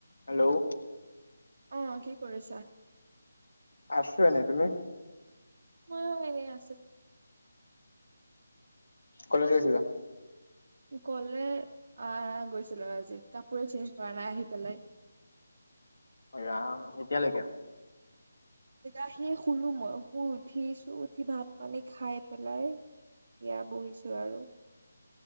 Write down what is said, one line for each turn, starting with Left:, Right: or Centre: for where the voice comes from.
Left: Hello,.
Right: অ', কি কৰিছা।
Left: আছো ন তুমি?
Right: ম‌য়ো এনেই আছো।
Left: কলেজ গৈছিলা?
Right: কলে আহ গৈছিলো আজি কাপোৰে চেঞ্জ কৰা নাই আহি পেলাই।
Left: ৰাম এতিয়ালেকে?
Right: আহি শুলো মই শুই উঠিছো উঠি ভাত পানী খাই পেলাই এতিয়া বহিছো আৰু।